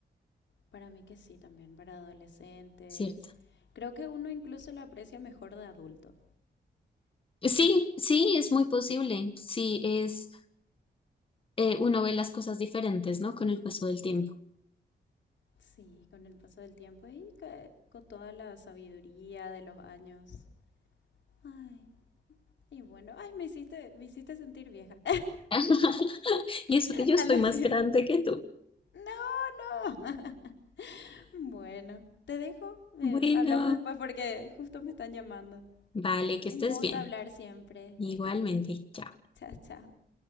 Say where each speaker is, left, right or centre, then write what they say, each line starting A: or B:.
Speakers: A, on the left; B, on the left.
A: Para mí que sí, también, para adolescentes.
B: ¿Cierto?
A: Creo que uno incluso lo aprecia mejor de adulto.
B: Sí, sí, es muy posible. Sí, es, eh, uno ve las cosas diferentes, ¿no? Con el paso del tiempo.
A: Sí, con el paso del tiempo y que- con toda la sabiduría de los años. Ay, y bueno, ay, me hiciste, me hiciste sentir vieja
B: <laughs> Y eso que yo
A: <laughs> al
B: estoy
A: decir
B: más grande que tú.
A: No, no. <laughs> Bueno, te dejo.
B: Bueno,
A: Eh, hablamos después porque justo me están llamando.
B: vale, que estés
A: Un gusto
B: bien.
A: hablar siempre.
B: Igualmente,
A: Que estés bien.
B: chao.
A: Chao, chao.